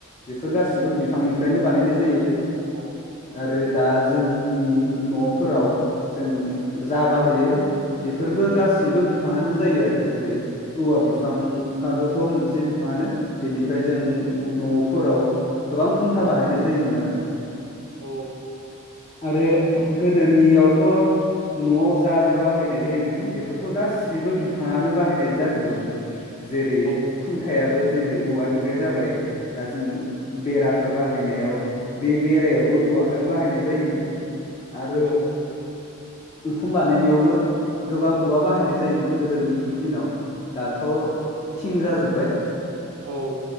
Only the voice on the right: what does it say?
अ
औ
अ
औ
औ
औ